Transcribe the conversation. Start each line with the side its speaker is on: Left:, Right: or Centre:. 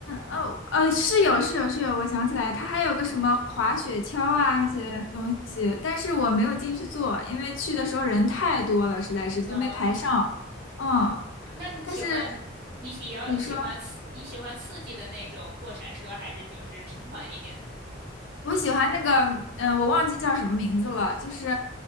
Left: 哦，呃，是有是有是有，我想起来，它还有个什么滑雪橇啊那些东西，但是我没有进去坐，因为去的时候人太多了，实在是就没排上。
Right: 嗯，
Left: 嗯，
Right: 那你喜欢你比较喜欢刺你喜欢刺激的那种过山车，
Left: 但是。你说。
Right: 还是就是平缓一点的？
Left: 我喜欢那个，嗯，我忘记叫什么名字了，就是